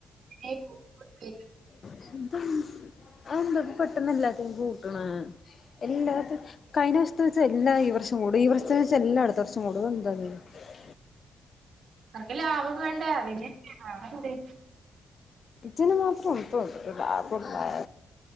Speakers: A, on the right; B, on the left.
A: <inaudible>
B: ഇതെന്ത് അതെന്താ പെട്ടന്നെല്ലാത്തിനും കൂ ട്ട്ണ് എല്ലാത്ത കയ്ഞ്ഞ വർഷത്ത് വെച്ച് എല്ലാ ഈ വർഷം കൂടി ഈ വർഷത്ത് വെച്ച് എല്ലാ അട്ത്ത വർഷം കൂടു ഇതെ <unintelligible>
A: അവർക്ക് ലാഭം വേണ്ടേ അതിന് ന്നെ വേറെന്ത്
B: ഇതിന് മാത്രം ഉണ്ടോ ലാഭം മ